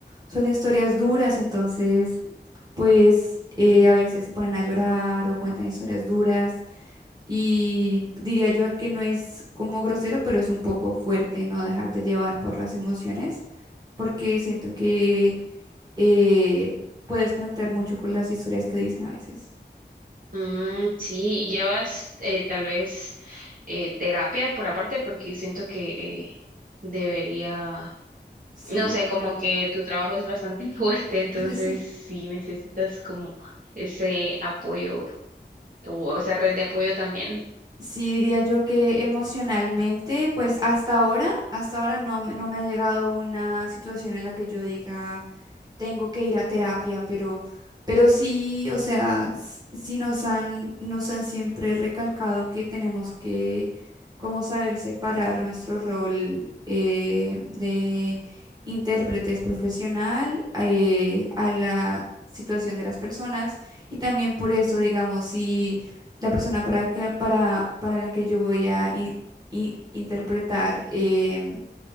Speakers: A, on the right (about 20°); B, on the right (about 50°).
A: son historias duras, entonces, pues, eh,
B: Mm,
A: a veces se ponen a llorar o cuentan historias duras. Y diría yo que no es como grosero, pero es un poco fuerte no dejarte llevar por las emociones, porque siento que eh, puedes conectar mucho con las historias que dicen a veces.
B: mm, sí, y llevas eh, tal vez eh, terapia por aparte, porque siento que eh, debería,
A: Sí,
B: no sé, como que tu trabajo es bastante <laughs> fuerte, entonces
A: <laughs> sí.
B: sí necesitas como ese apoyo o esa red de apoyo también.
A: Sí, diría yo que emocionalmente, pues hasta ahora, hasta ahora no, me- no me ha llegado una situación en la que yo diga tengo que ir a terapia, pero, pero sí, o sea, s- sí nos han, nos han siempre recalcado que tenemos que como saber separar nuestro rol eh, de intérpretes profesional eh, a la situación de las personas y también por eso, digamos, si la persona para que, para, para la que yo voy a in- i- interpretar em,